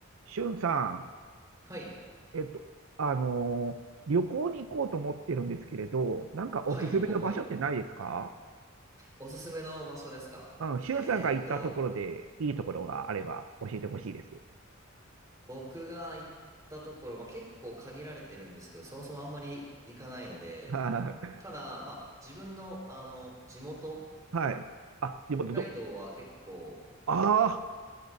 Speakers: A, on the right; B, on the right.
A: しゅんさ
B: はい。
A: ん、えっと、あのー旅行に行こうと思ってるんですけれど、なんかおすすめの場所ってないですか
B: はい、旅行、はい。おすすめの場所ですかえーっと、
A: うん、しゅんさんが行ったところでいいところがあれば教えてほしいです。
B: 僕が行ったところ、まあ、結構限られてるんですけど、そもそもあんまり行かないので、
A: <laughs> はい。
B: ただ、まあ、自分の、あの、地元、
A: はい。あ、地元ど、
B: 北海道は結構、
A: あ
B: あの、